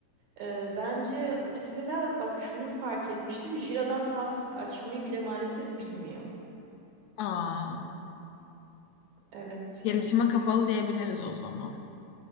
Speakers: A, on the right; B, on the left.
A: Ee, bence mesela bak şunu fark etmiştim. Jira'dan task açmayı bile maalesef bilmiyor.
B: Aa,
A: Evet
B: gelişime
A: yani öyle.
B: kapalı diyebiliriz o zaman.